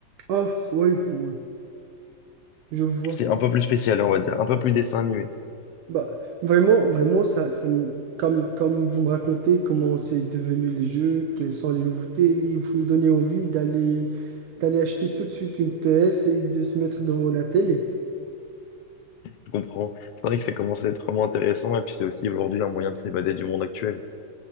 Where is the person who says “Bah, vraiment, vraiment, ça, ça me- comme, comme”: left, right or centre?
Right